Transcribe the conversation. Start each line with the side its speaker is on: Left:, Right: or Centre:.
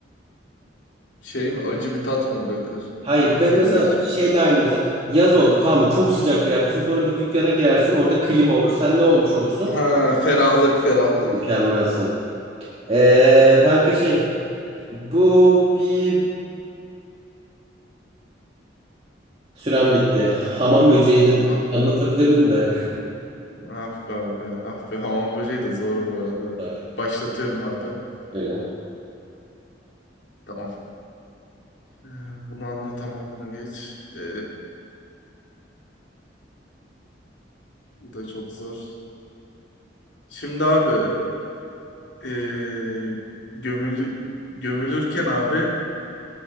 Left: şey mi? Acı bir tat mı bırakır?
Right: Hayır
Left: Sigara
Right: ben mesela
Left: içiyorsun.
Right: şeyle aynı mesela yaz oldu tamam mı? Çok sıcak bir yerdesin sonra bir dükkana girersin orada klima olur sen ne olmuş olursun?
Left: Ha, ferahlık ferahlık.
Right: Mükemmelsin. Ee, kanka şey bu bir Sürem bitti. Hamam böceğiydi,
Left: Ah be.
Right: anlatabilirdim de.
Left: Ah be abi. Ah be. Hamam böceği de zor bu arada.
Right: <laughs>
Left: Başlatıyorum abi.
Right: Öyle.
Left: Tamam. Ee, Bunu anlatamam bunu geç. Ee, bu da çok zor. Şimdi abi ee, gömülü, gömülürken abi